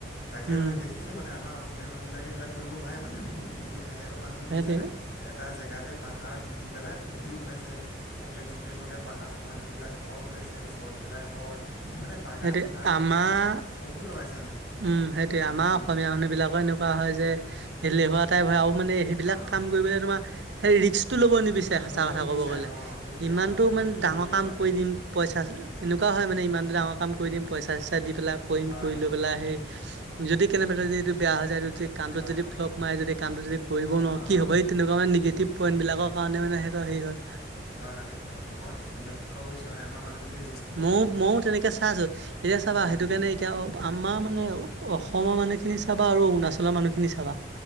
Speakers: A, on the left (about 65°); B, on the right (about 70°).
A: তাকে মানে
B: উম।
A: দেখিছো মানে আমাৰ অসমীয়া মানুহবিলাকে এইবিলাক কৰিব নোৱাৰে মানে, কিন্তু সিহঁতৰ মানুহবোৰ
B: সেইটোৱে
A: দেখিছানে এটা জেগাতে পাহাৰ ভেটি পেলাই, পুখুৰী বনাইছে। ফকলেন-চকলেন লগাই পাহাৰ সমান কৰি তাত ঘৰ বনাইছে, চৰ্থ ঠেলাই ঘৰ। মানে বাগান,
B: সেইটোৱে
A: ফাৰ্ম
B: আমাৰ
A: বহুত লগাইছে মানে।
B: উম, সেইটোৱে
A: উম
B: আমাৰ
A: উম
B: অসমীয়া মানুহ বিলাকৰ এনেকুৱা হয় যে এলেহুৱা টাইপ হয় আৰু মানে সেইবিলাক
A: অঁ
B: কাম কৰিবলে তোমাৰ সেই ৰিস্কটো ল'ব নিবিচাৰে, সঁচা
A: ল'ব
B: কথা
A: নিবিচাৰে
B: ক'ব গ'লে,
A: অঁ সেইটোৱে
B: ইমানতো
A: আমাৰ অসমীয়া মানুহখিনি
B: মানে ডাঙৰ
A: এলেহুৱা
B: কাম
A: যে
B: কৰি দিম। পইচা আছে,
A: উম
B: এনেকুৱা হয় মানে ইমানটো ডাঙৰ কাম কৰি দিম পইচা-চইচা দি পেলাই কৰিম
A: হয়
B: কৰি
A: হয়
B: লৈ পেলাই সেই যদি কেনেবাকে যদি এইটো বেয়া হৈ যায়, যদি কামটোত
A: হয়
B: যদি ফ্লপ মাৰে, যদি কামটো যদি কৰিব
A: অঁ
B: নোৱাৰো। কি
A: অঁ
B: হ'ব সেই তেনেকুৱা মানে নিগেটিভ পইন্ট বিলাকৰ কাৰণে মানে সিহঁতৰ হেৰি হয়।
A: হয়-হয়, সেইটো হয় মই লক্ষ্য কৰিছো মানে আমাৰ মানুহখিনি
B: ময়ো-ময়ো তেনেকে চাই আছো, এতিয়া চাবা
A: উম
B: সেইটো কাৰণে এতিয়া অ, আমাৰ মানে আৰু অসমৰ মানুহখিনি চাবা আৰু অৰুণাচলৰ মানুহখিনি চাবা